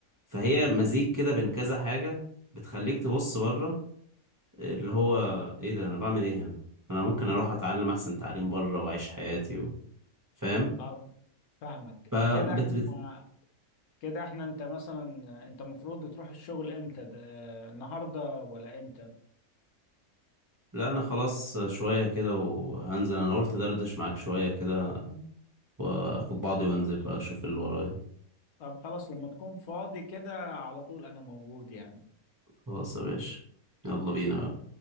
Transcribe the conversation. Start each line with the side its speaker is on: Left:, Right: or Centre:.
Right: فهي مزيج
Left: فاهمك
Right: كده بين كذا حاجة بتخليك تبص بره اللي هو ايه ده انا بعمل ايه هنا انا ممكن اروح اتعلم احسن تعليم بره واعيش حياتي و... فاهم
Left: طب فاهمك
Right: فبت
Left: كده إحنا
Right: بت...
Left: كده إحنا أنت مثلا أنت المفروض تروح الشغل إمتى؟ ده- آه، النهاردة ولا إمتى؟
Right: لا انا خلاص شوية كده وهنزل انا قلت دردش معاك شوية كده واخد بعضي وانزل بقى اشوف اللي ورايا
Left: طب خلاص لما تكون فاضي كده على طول أنا موجود يعني
Right: خلاص يا باشا يلا
Left: ماشي
Right: بينا بقى